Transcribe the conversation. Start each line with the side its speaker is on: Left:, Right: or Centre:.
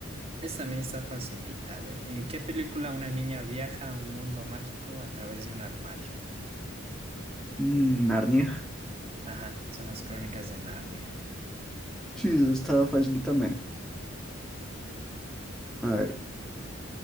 Right: esta también está facilita. A ver, ¿en qué película una niña viaja a un mundo mágico a través de un armario?
Centre: Mm, Narnia.
Right: Ajá, son las crónicas de Narnia.
Centre: Sí, eso estaba fácil también. A ver,